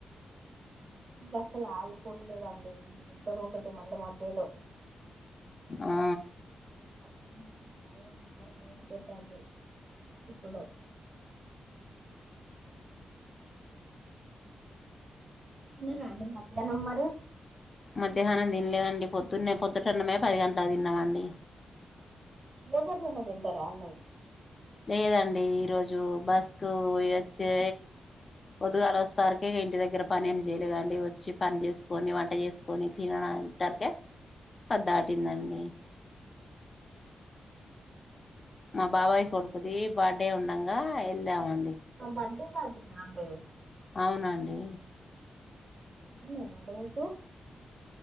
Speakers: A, on the right (about 45°); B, on the left (about 35°).
A: అసలు ఆగిపోట్లేదండి ఈ యుద్ద్దం ఒకటి మళ్ళ మధ్యలో
B: ఆ
A: అప్ అదే ఆడ మొయి పోతాంది ఇప్పుడు తిన్నరండి మధ్యాహ్నం మరి
B: మధ్యాహ్నం తినలేదండి పొద్దున్నే పొద్దటన్నమే పది గంట్లకు తిన్నామండి
A: రోజట్లనే తింటారా అండి
B: లేదండి ఈరోోజు బస్ కు పోయెచ్చే పొందుగలోచ్చేసరికిఇగ ఇంటి దగ్గర పని ఏం చేయలేకదండి వచ్చి పని చేసుకొని వంట చేసుకొని తినడం అంటారుకే పద్దటిందండి మా బాబాయ్ కొడుకుది బర్త్ డే ఉండంగ ఆ ఎల్లామండి
A: బర్త్ డే పా అంద <unintelligible>
B: అవునండి
A: మేనా బకు <unintelligible>